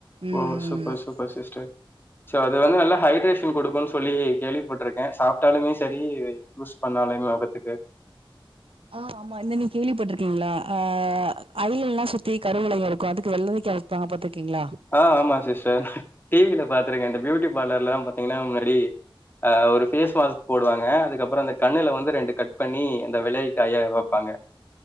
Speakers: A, on the right; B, on the left.
A: ம்
B: ஓ சூப்பர்
A: ம்
B: சூப்பர் சிஸ்டர் சோ அது வந்து நல்லா ஹைட்ரேஷன் குடுக்குன்னு சொல்லி கேள்விப்பட்டுருக்கே சாப்ட்டாலுமே சரி யூஸ் பண்ணாலுமே மொகத்துக்கு
A: ஆ ஆமா நீங்க கேள்விப்பட்டிருக்கீங்ளா அ அய்லல்லா சுத்தி கருவளையும் இருக்கும் அதுக்கு வெள்ளரிக்கா வச் தாங்க பாத்துருக்கீங்ளா
B: ஆ ஆமா சிஸ்டர் டி வில பாத்திருக்க இந்த பியூட்டி பார்லர்லல்லா பாத்தீங்கன்னா முன்னாடி அ ஒரு ஃபேஸ் மாஸ்க் போடுவாங்க அதுக்கப்புறோ அந்த கண்ணுல வந்து ரெண்டு கட் பண்ணி அந்த வெள்ளரிக்காய வப்பாங்க